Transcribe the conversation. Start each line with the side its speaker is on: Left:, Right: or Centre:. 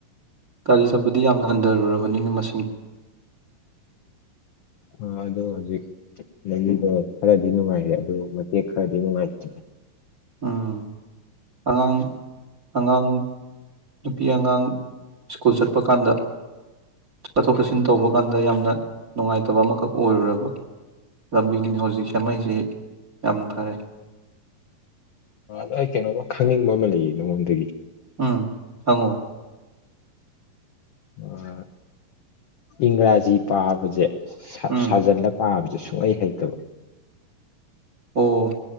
Right: ꯒꯥꯔꯤ ꯆꯠꯄꯗꯤ ꯌꯥꯝꯅ ꯍꯟꯊꯔꯨꯔꯕꯅꯤꯅ ꯃꯁꯤꯡꯅꯤ
Left: ꯑ ꯑꯗꯨ ꯍꯧꯖꯤꯛ ꯂꯝꯕꯤꯗꯣ ꯈꯔꯗꯤ ꯅꯨꯡꯉꯥꯏꯔꯦ ꯑꯗꯨ ꯃꯇꯦꯛ ꯈꯔꯗꯤ ꯅꯨꯡꯉꯥꯏꯇꯗꯦ
Right: ꯎꯝ ꯑꯉꯥꯡ ꯑꯉꯥꯡ ꯅꯨꯄꯤ ꯑꯉꯥꯡ ꯁ꯭ꯀꯨꯜ ꯆꯠꯄ ꯀꯥꯟꯗ ꯆꯠꯊꯣꯛ ꯆꯠꯁꯤꯟ ꯇꯧꯕ ꯀꯥꯟꯗ ꯌꯥꯝꯅ ꯅꯨꯡꯉꯥꯏꯇꯕ ꯑꯃꯈꯛ ꯑꯣꯏꯔꯨꯔꯕ ꯂꯝꯕꯤꯅꯤꯅꯦ ꯍꯧꯖꯤꯛ ꯁꯦꯝꯃꯛꯏꯁꯦ ꯌꯥꯝ ꯐꯔꯦ
Left: ꯑꯗꯣ ꯑꯩ ꯀꯩꯅꯣꯝꯃ ꯈꯪꯅꯤꯡꯕ ꯑꯃ ꯂꯩꯌꯦ ꯅꯉꯣꯟꯗꯒꯤ
Right: ꯎꯝ ꯍꯪꯉꯣ
Left: ꯑꯥ ꯏꯪꯒꯔꯥꯖꯤ ꯄꯥꯕꯁꯦ
Right: ꯎꯝ
Left: ꯁꯥꯖꯜꯂ ꯄꯥꯕꯁꯦ ꯁꯨꯡ ꯁꯨꯡꯍꯩ ꯍꯩꯇꯕ
Right: ꯑꯣ